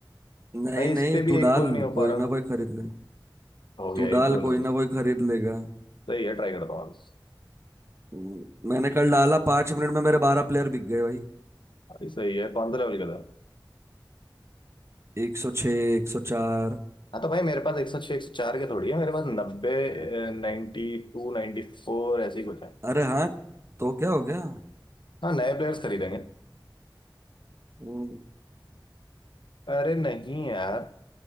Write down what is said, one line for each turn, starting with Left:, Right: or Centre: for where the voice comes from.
Right: नहीं
Left: भाई इस
Right: नहीं
Left: पे भी
Right: तू
Left: एक
Right: डाल
Left: गोल नहीं हो पा
Right: कोई
Left: रहा
Right: ना कोई खरीद ले
Left: हो गया
Right: तू डाल
Left: एक गोल
Right: कोई
Left: हो गया
Right: ना कोई खरीद लेगा
Left: सही है ट्राई करता हूँ अभी
Right: हम्म, मैंने कल डाला पांच मिनट में मेरे बारह प्लेयर बिक गए भाई
Left: अभी सही है कौन सा लेवल का था
Right: एक सौ छः एक सौ चार
Left: हाँ तो भाई मेरे पास एक सौ छः एक सौ चार के थोड़ी है मेरे पास नब्बे नाइन्टी टू नाइन्टी फोर ऐसे ही कुछ है
Right: अरे हाँ तो क्या हो गया
Left: हाँ नए प्लेयर्स खरीदेंगे
Right: वो
Left: अरे नहीं यार